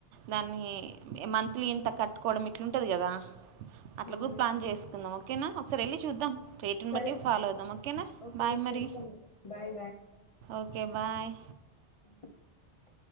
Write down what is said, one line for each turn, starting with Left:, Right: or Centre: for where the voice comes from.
Right: దాన్ని మంత్లీ ఇంత కట్టుకోవడం ఇట్లుంటంది కదా అట్లా
Left: అవును
Right: కూడా ప్లాన్ చేసుకుందాం ఓకేనా ఒకసారి వెళ్ళిచూద్దాం ట్రేట్ని
Left: సరే
Right: బట్టి ఫాలో అవుద్దాం ఓకేనా
Left: ఒక
Right: బాయ్
Left: రోజు
Right: మరి
Left: చెప్తాను బాయ్
Right: ఓకే బాయ్
Left: అ